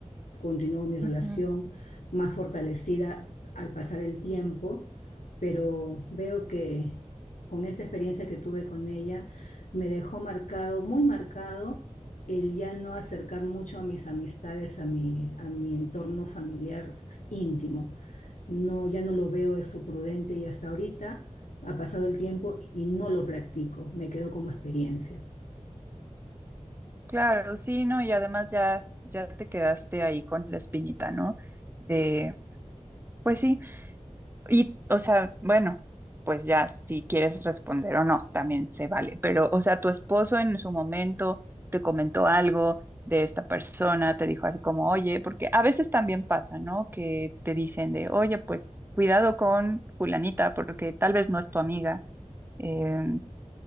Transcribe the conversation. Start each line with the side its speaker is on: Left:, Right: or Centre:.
Left: Continuó mi relación
Right: ujú.
Left: más fortalecida al pasar el tiempo, pero veo que con esta experiencia que tuve con ella, me dejó marcado, muy marcado, el ya no acercar mucho a mis amistades, a mi, a mi entorno familiar íntimo. No, ya no lo veo eso prudente y hasta ahorita ha pasado el tiempo y no lo practico, me quedó como experiencia.
Right: Claro, sí, ¿no? Y además ya, ya te quedaste ahí con la espinita, ¿no? De, pues sí. Y, o sea, bueno, pues ya si quieres responder o no, también se vale. Pero, o sea, tu esposo en su momento te comentó algo de esta persona, te dijo así como, oye, porque a veces también pasa, ¿no? Que te dicen de, oye, pues cuidado con fulanita, porque tal vez no es tu amiga. eh,